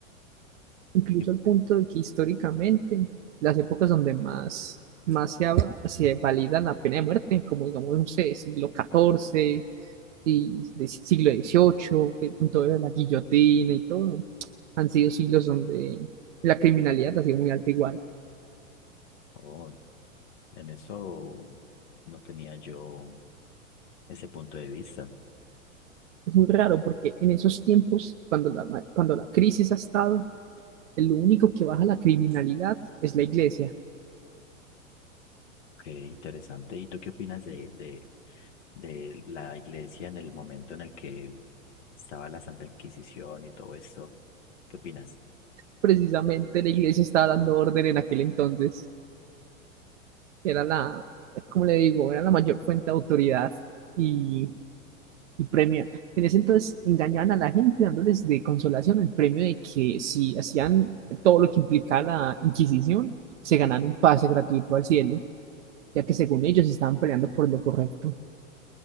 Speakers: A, on the right; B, on the left.
A: incluso
B: Y,
A: al punto de que históricamente las épocas donde más, más se, ha- se valida la pena de muerte, como digamos, no sé, siglo XIV y de siglo XVIII, que con todo lo de la guillotina y todo, han sido siglos donde la criminalidad ha sido muy alta igual.
B: oh, en eso no tenía yo ese punto de vista.
A: Es muy raro porque en esos tiempos, cuando la, cuando la crisis ha estado, lo único que baja la criminalidad es la iglesia.
B: Qué interesante. ¿Y tú qué opinas de, de, de la iglesia en el momento en el que estaba la Santa Inquisición y todo esto? ¿Qué opinas?
A: Precisamente la iglesia estaba dando orden en aquel entonces. Era la, como le digo, era la mayor fuente de autoridad y, y premio. En ese entonces engañaban a la gente dándoles de consolación el premio de que si hacían todo lo que implicaba la Inquisición, se ganaban un pase gratuito al cielo, ya que según ellos estaban peleando por lo correcto.